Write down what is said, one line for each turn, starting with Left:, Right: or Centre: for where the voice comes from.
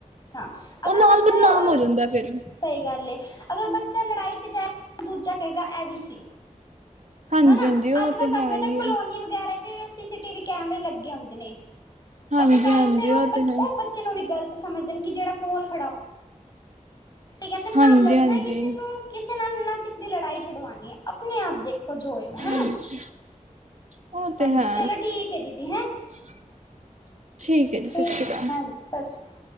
Left: ਹਾਂ,
Right: ਉਹ
Left: ਅਗਰ
Right: ਨਾਲ
Left: ਬੱਚਾ
Right: ਬਦਨਾਮ
Left: ਉਹ
Right: ਹੋ ਜਾਂਦਾ ਫਿਰ
Left: ਸਹੀ ਗੱਲ ਐ, ਅਗਰ ਬੱਚਾ ਲੜਾਈ 'ਚ ਜਾਏਗਾ, ਤਾਂ ਦੂਜਾ ਕਹੇਗਾ। ਐ ਵੀ ਸੀ।
Right: ਹਾਂਜੀ
Left: ਹੈਨਾ,
Right: ਹਾਂਜੀ ਉਹ
Left: ਅੱਜ ਕੱਲ੍ਹ
Right: ਤੇ
Left: ਤੁਹਾਨੂੰ
Right: ਹੈ
Left: ਪਤਾ
Right: ਹੀ
Left: ਕਲੋਨੀ
Right: ਹੈ
Left: ਵਗੈਰਾ ਚ ਸੀ-ਸੀ-ਟੀ-ਵੀ ਕੈਮਰੇ ਲੱਗੇ ਹੁੰਦੇ ਨੇ
Right: ਹਾਂਜੀ
Left: ਉਹਦੇ ਕਾਰਨ
Right: ਹਾਂਜੀ
Left: ਫਿਰ ਉਹ,
Right: ਤੇ ਹੈ
Left: ਉਹ ਬੱਚੇ ਨੂੰ ਵੀ ਗ਼ਲਤ ਸਮਝਦੇ‌ ਨੇ, ਕਿ ਜਿਹੜਾ ਕੋਲ ਖੜਾ ਕੀ ਕਹਿੰਦੇ
Right: ਹਾਂਜੀ
Left: ਨਾਲ ਲੜਨਾ
Right: ਹਾਂਜੀ
Left: ਕਿਸੇ ਨੂੰ ਕਿਸੇ ਨਾਲ ਨਾ ਕਿਸੇ ਦੀ ਲੜਾਈ ਛੁਡਵਾਣੀ ਐ, ਆਪਣੇ ਆਪ ਦੇਖੋ ਤ ਜੋ ਹੋਏਗਾ ਹੈਨਾ।
Right: ਹਾਂਜੀ ਉਹ ਤੇ
Left: ਹਾਂਜੀ,
Right: ਹੈ
Left: ਚਲੋ ਠੀਕ ਐ ਦੀਦੀ ਹੈਂ।
Right: <inaudible> ਜੀ
Left: ਠੀਕ
Right: ਸਤਿ ਸ਼੍ਰੀ
Left: ਹੈ,
Right: ਅਕਾਲ
Left: ਹਾਂਜੀ ਸਤਿ ਸ਼੍ਰੀ ਅਕਾ